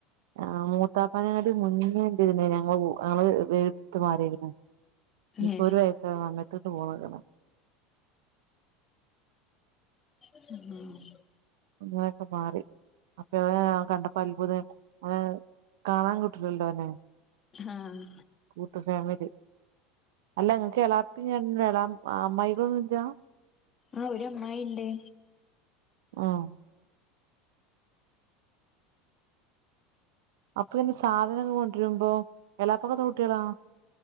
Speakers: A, on the right; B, on the left.
A: ആഹ് മൂത്താപ്പാനങ്ങാട്ടി മുന്നേ ഉണ്ടായിരുന്നു ഞങ്ങള് ഞങ്ങള് വീടത് മാറിക്കിന് ഇപ്പൊ
B: ഏഹ്
A: ഒരു <unintelligible> പോന്നക്കണ്
B: ഉം
A: <unintelligible> മാറി അപ്പൊ ഓനെ കണ്ടപ്പോ അത്ഭുതായി ഓനെ കാണാൻ കിട്ട്ണില്ല ഓനെ.
B: ആഹ്
A: കൂട്ട ഫാമിലി അല്ല ങ്ങക്ക് എളാപ്പി എളാ അമ്മായിയളൊന്നുല്ല്യ
B: ആ ഒരമ്മായിണ്ട്.
A: ആഹ് അപ്പൊ ഇനി സാധനം കൊണ്ടര്മ്പോ എളാപ്പാക് എത്ര കുട്ട്യളാ